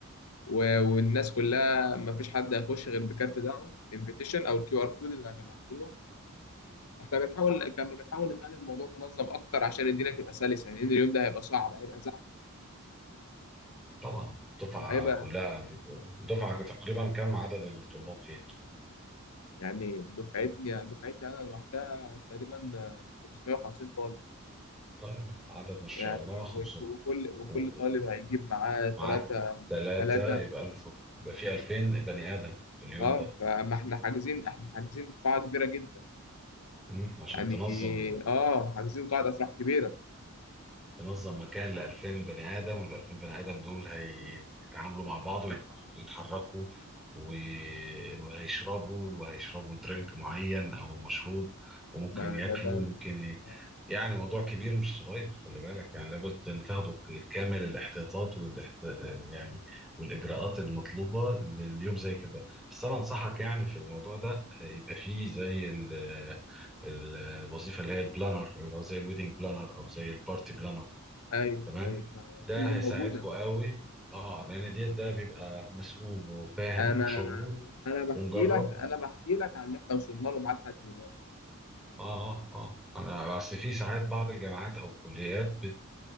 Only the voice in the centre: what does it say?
طبعا الدفعة
كلها الدفعة تقريبا كم عدد الطلاب فيها؟
طيب عدد ما شاء
الله 500
و-
ومع ثلاثة
يبقى 1000 يبقى في 2000 بني آدم في اليوم
ده
مم. عشان
تنظم
تنظم مكان ل 2000 بني ادم وال 2000 بني ادم دول هيتعاملوا مع بعض ويتح- ويتحركوا و- وهيشربوا وهيشربوا درينك معين او مشروب وممكن
ياكلوا
ممكن ي...
يعني موضوع كبير مش صغير خلي بالك يعني لابد ان تاخدوا كامل الاحتياطات والاحت... يعني والاجراءات المطلوبه لليوم زي كده بس انا انصحك يعني في الموضوع ده يبقى فيه زي ال... الوظيفه اللي هي البلانر اللي هو زي الويدنج بلانر او زي البارتي بلانر
تمام
ده
هيساعدكم قوي اه لان ديت ده بيبقى مسؤول وفاهم
شغله مم.
ومجرب
اه اه اه انا بس في ساعات بعض الجامعات او الكليات بت